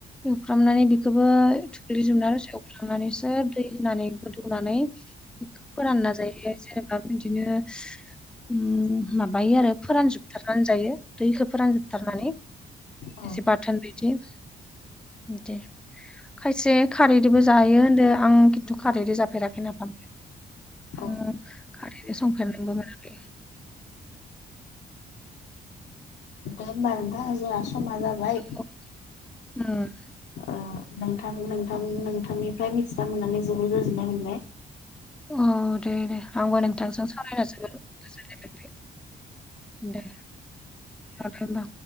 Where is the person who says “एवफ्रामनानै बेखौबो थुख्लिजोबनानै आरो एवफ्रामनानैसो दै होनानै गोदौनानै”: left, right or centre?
Centre